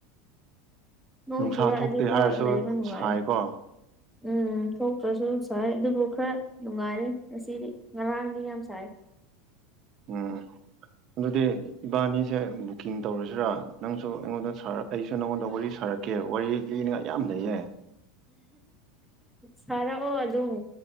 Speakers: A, in the centre; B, on the right.
A: ꯅꯣꯡ
B: ꯅꯨꯡꯁꯥ
A: ꯆꯨꯔꯛꯑꯗꯤ
B: ꯊꯣꯛꯇꯦ
A: ꯈꯔ
B: ꯍꯥꯏꯔꯁꯨ
A: ꯂꯩꯕ ꯅꯨꯡꯉꯥꯏꯌꯦ
B: ꯁꯥꯏꯀꯣ
A: ꯎꯝ ꯊꯣꯛꯇ꯭ꯔꯁꯨ ꯁꯥꯏ ꯑꯗꯨꯕꯨ ꯈꯔ ꯅꯨꯡꯉꯥꯏꯔꯦ ꯉꯁꯤꯗꯤ ꯉꯔꯥꯡꯗꯤ ꯌꯥꯝ ꯁꯥꯏ
B: ꯎꯝ ꯑꯗꯨꯗꯤ ꯏꯕꯥꯅꯤꯁꯦ ꯕꯨꯛꯀꯤꯡ ꯇꯧꯔꯁꯤꯔꯥ ꯅꯪꯁꯨ ꯑꯩꯉꯣꯟꯗ ꯑꯩꯁꯨ ꯅꯪꯉꯣꯟꯗ ꯋꯥꯔꯤ ꯁꯥꯔꯛ ꯑꯣꯀꯦ ꯋꯥꯔꯤ ꯂꯤꯅꯤꯡꯉꯥꯏ ꯌꯥꯝ ꯂꯩꯩꯌꯦ
A: ꯁꯥꯔꯛꯑꯣ ꯑꯗꯨꯝ